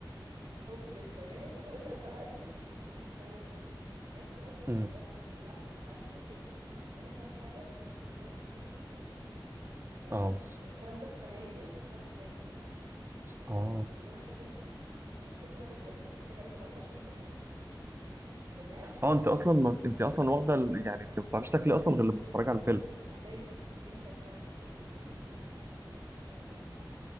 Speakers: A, on the right; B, on the right.
A: حب البنات هقول لك بقى امتى حفظته بسبب ايه جت فترة
B: امم
A: كده اللابتوب عندي كنت محملة كام حاجة والنت كان بيقعد يفصل كتير ف
B: اه
A: الكلام ده السنة دي أو السنة اللي فاتت مثلا
B: اه
A: وكنت منزلة حب البنات ايه كل ما أجي أتغدى أتفرج عليه 17 مرة عادي بجد
B: اه انت اصلا ما... انت اصلا واخده ال- يعني انت ما بتعرفيش تاكلي اصلا غير لما تتفرجي على الفيلم
A: أساسي أنت بتعرف تاكل بذمتك من غير من غير حاجة تتفرج عليها